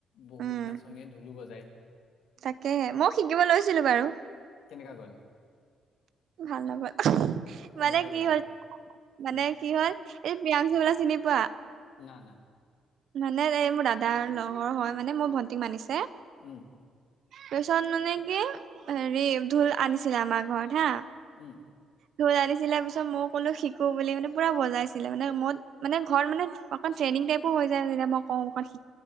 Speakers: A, on the left; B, on the right.
A: বহুত
B: উম
A: নাচনীয়ে ঢোলো বজায়।
B: তাকেহে, মই শিকিব লৈছিলো বাৰু।
A: কেনেকা গ'ল
B: ভাল নাপলো,
A: অ
B: মানে
A: বেয়া গ'ল
B: কি
A: নেকি
B: হ'ল মানে
A: উম
B: কি হ'ল, এই প্ৰিয়াংশু দা চিনি পোৱা
A: না-না।
B: মানে, এই মোৰ দাদাৰ লগৰ হয়, মানে মোক ভন্টি মানিছে
A: উম।
B: তাপিছত মানে কি, হেৰি ঢোল আনিছিলে আমাৰ ঘৰত হা
A: উম
B: লৈ আনিছিলে পিছত, মই কোনো শিকো বুলি মানে, পুৰা বজাইছিলে মানে, মত মানে ঘৰত মানে, অকণ ট্ৰেইনিং টাইপো হৈ যায় যে, মই কওঁ অকন শি